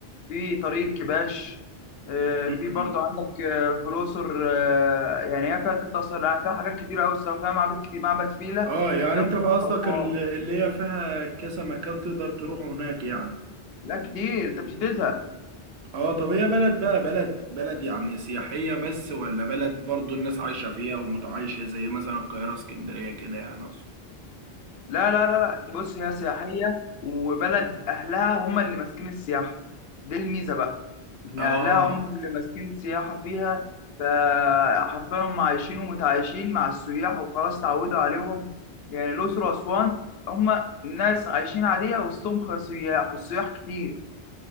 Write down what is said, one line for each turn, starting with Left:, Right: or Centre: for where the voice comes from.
Left: في طريق كباش آه،
Right: مم.
Left: في برضو عندك آه، في الاقصر آه، يعني هي فيها تلت اثار يعني فيها حاجات كتير قوي الصراحه فيها معابد كتير معبد فيلة
Right: آه يعني
Left: ده
Right: أنت في قصدك
Left: موجود في اسوان
Right: ال- اللي هي فيها كذا مكان تقدر تروح هناك يعني
Left: لا كتير انت مش هتزهق
Right: اه طب هي بلد بقى بلد بلد يعني سياحية بس ولا بلد برضو الناس عايشة فيها ومتعايشة زي مثلا القاهرة اسكندرية كده يعني أقصد
Left: لا لا لا لا. بص هي سياحيه وبلد اهلها هم اللي ماسكين السياحه دي الميزه بقى إن
Right: اه
Left: أهلها هم اللي ماسكين السياحة فيها فحرفيا هم عايشين ومتعايشين مع السياح وخلاص اتعودوا عليهم يعني الأقصر وأسوان هم ناس عايشين عادية وسطهم سياح والسياح كتير